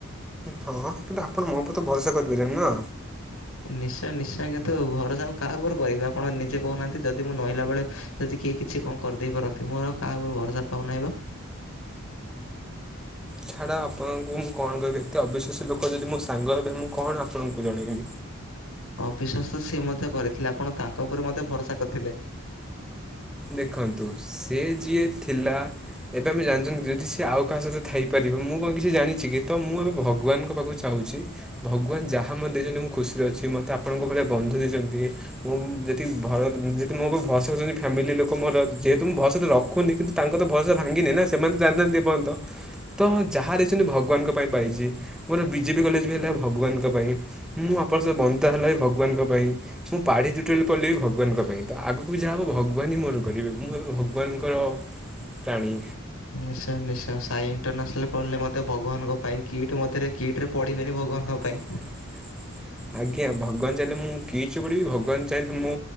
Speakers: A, in the centre; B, on the left (about 85°).
A: ହଁ କିନ୍ତୁ ଆପଣ ମୋ ଉପରେ ତ ଭରସା କରିପାରିବେନା
B: ନିଶ୍ଚୟ ନିଶ୍ଚୟ କିନ୍ତୁ ଭରସା ଆଉ କାହା ଉପରେ କରିବି ଆପଣ ନିଜେ କହୁନାହାନ୍ତି ଯଦି ମୁଁ ନଇଁଲାବେଳେ ଯଦି କିଏ କିଛି କଁ କରିଦେଇପାରନ୍ତି ମୋର କାହା ଉପରେ ଭରସା ପାଉନାହିଁ ବା।
A: ଛାଡ ଆପଣଙ୍କୁ ମୁଁ କଣ କହିବି ଏତେ ଅବିଶ୍ଵାସୀ ଲୋକ ଯଦି ମୋ ସାଙ୍ଗ ହେବେ ମୁଁ କଣ ଆପଣଙ୍କୁ ଜଣେଇବି।
B: ଅବିଶ୍ୱାସ ସିଏ ମଧ୍ୟ କରିଥିଲେ ଆପଣ ତାଙ୍କ ଉପରେ ମଧ୍ୟ ଭରସା କରିଥିଲେ।
A: ଦେଖନ୍ତୁ ସେ ଯିଏ ଥିଲା ଏବେ ଆମେ ଜାଣିଚନ୍ତି କି ଯଦି ସିଏ ଆଉ କାହା ସହିତ ଥାଇପାରିବ ମୁଁ କଣ କିଛି ଜାଣିଛି। କି ତ ମୁଁ ଏବେ ଭଗବାନଙ୍କ ପାଖକୁ <inaudible> ପାଉଛି। ଭଗବାନ ଯାହା ମୋତେ ଦେଇଚନ୍ତି ମୁଁ ଖୁସିରେ ଅଛି ମତେ ଆପଣଙ୍କ ଭଳି ବନ୍ଧୁ ଦେଇଚନ୍ତି ମୁଁ ଯେ ତି ଭର ଯଦି ମୋ ଉପରେ ଭରସା କରିଚନ୍ତି ଫ୍ୟାମିଲି ଲୋକ ମୋର ଯେହେତୁ ମୁଁ ଭରସା ତ ରଖୁନି କିନ୍ତୁ ତାଙ୍କ ତ ଭରସା ଭାଙ୍ଗିନି ନା ସେମାନେ ତ ଜାଣିନାହାନ୍ତି ଏପର୍ଯ୍ୟନ୍ତ ତ ଯାହା ଦେଇଚନ୍ତି ଭଗବାନଙ୍କ ପାଇଁ ପାଇଚି ମୋର ବିଜେପି କଲେଜ ବି ହେଲା ଭଗବାନଙ୍କ ପାଇଁ, ମୁଁ ଆପଣ ସହ ବନ୍ଧୁତା ହେଲା ବି ଭଗବାନଙ୍କ ପାଇଁ ମୁଁ ପାଢ଼ିଟ୍ୟୁଟରାଲ୍ ରେ ପଢ଼ିଲି ବି ଭଗବାନଙ୍କ ପାଇଁ ତ ଆଗକୁ ଯାହା ହବ ଭଗ ଭଗବାନ ହିଁ ମୋର କରିବେ ମୁଁ କେବେ ଭଗବାନଙ୍କର ପ୍ରାଣୀ।
B: ନିଶ୍ଚୟ ନିଶ୍ଚୟ ସାଇ ଇଣ୍ଟରନ୍ୟାସନାଲ୍ ପଢ଼ିଲେ ମଧ୍ୟ ଭଗବାନଙ୍କ ପାଇଁ କିଟ୍ ମଧ୍ୟରେ କିଟ୍ ରେ ପଢ଼ିବେନି ଭଗବାନଙ୍କ ପାଇଁ।
A: <unintelligible> ଆଜ୍ଞା ଭଗବାନ ଚାହିଁଲେ ମୁଁ କିଟ୍ ରେ ପଢ଼ିବି ଭଗବାନ ଟେନ୍ଥ ମୁଁ